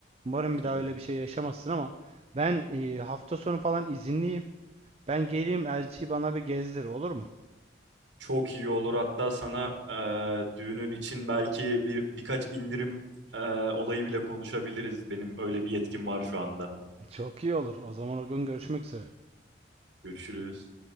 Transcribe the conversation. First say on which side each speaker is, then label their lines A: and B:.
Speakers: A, on the right; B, on the right.
A: Umarım bir daha
B: Evet.
A: öyle bir şey yaşamazsın ama ben e, hafta sonu falan izinliyim. Ben geleyim elçiyi bana bir gezdir olur mu?
B: Çok iyi olur. Hatta sana e, düğünün için belki bir birkaç indirim e, olayı bile konuşabiliriz. Benim öyle bir yetkim var şu anda.
A: Çok iyi olur. O zaman o gün görüşmek üzere.
B: Görüşürüz.